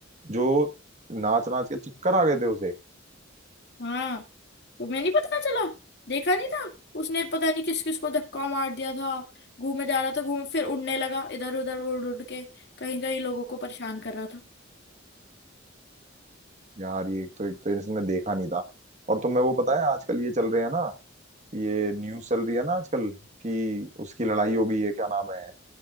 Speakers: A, on the right; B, on the left.
A: जो नाच नाच के चक्कर आ गए थे उसे
B: हाँ तुम्हें नहीं पता चला देखा नहीं था उसने पता नहीं किस किस को धक्का मार दिया था घूमे जा रहा था घूम फिर उड़ने लगा इधर उधर उड़ उड़ के कहीं कहीं लोगों को परेशान कर रहा था
A: यार ये तो एक तो इसने देखा नहीं था और तुम्हें वो पता है आजकल ये चल रहे हैं ना ये न्यूज चल रही है ना आजकल कि उसकी लड़ाई हो गई है क्या नाम है